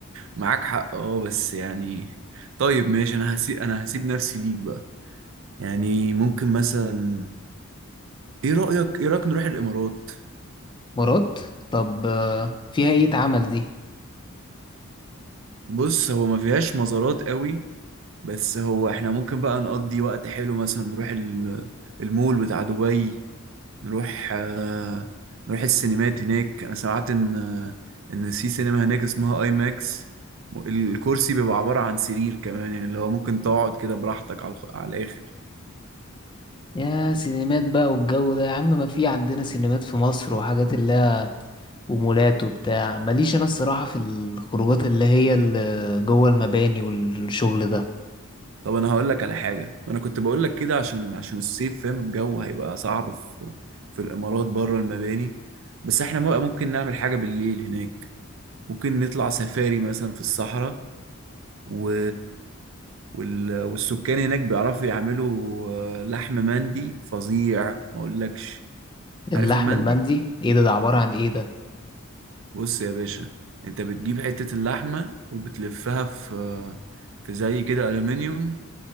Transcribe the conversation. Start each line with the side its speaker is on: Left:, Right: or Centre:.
Right: معاك حق اه بس يعني طيب ماشي انا هسيب انا هسيب نفسي ليك بقى يعني ممكن مثلا ايه رأيك ايه رأيك نروح الامارات
Left: مرات طب آه، فيها ايه اتعمل دي
Right: بص هو ما فيهاش مزارات قوي بس هو احنا ممكن بقى نقضي وقت حلو مثلا نروح ال- المول بتاع دبي نروح آه، نروح السينمات هناك انا سمعت ان آه، ان في سينما هناك اسمها اي ماكس الكرسي بيبقى عبارة عن سرير كمان يعني اللي هو ممكن تقعد كده براحتك على الخ- على الاخر
Left: يا سينمات بقى والجو ده يا عم ما في عندنا سينمات في مصر وحاجات اللي هي ومولات وبتاع ماليش انا الصراحة في الخروجات اللي هي اللي جوه المباني والشغل ده
Right: طب انا هقول لك على حاجه انا كنت بقول لك كده عشان عشان الصيف فاهم الجو هيبقى صعب في في الامارات بره المباني بس احنا بقى ممكن نعمل حاجه بالليل هناك ممكن نطلع سفاري مثلا في الصحراء و... وال... والسكان هناك بيعرفوا يعملوا آه، لحم مندي فظيع ما اقولكش
Left: اللحم
Right: عارف المندي
Left: المندي ايه ده ده عبارة عن ايه ده
Right: بص يا باشا انت بتجيب حته اللحمه وبتلفها في آه، في زي كده الومنيوم